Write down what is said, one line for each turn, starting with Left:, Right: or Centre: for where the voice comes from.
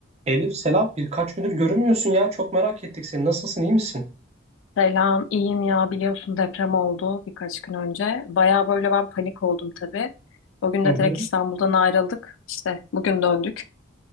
Right: Elif selam birkaç gündür görünmüyorsun ya çok merak ettik seni nasılsın iyi misin?
Left: Selam, iyiyim ya biliyorsun deprem oldu birkaç gün önce. Baya böyle ben panik oldum tabii. O gün
Right: Hı
Left: de
Right: hı.
Left: direkt İstanbul'dan ayrıldık. İşte bugün döndük.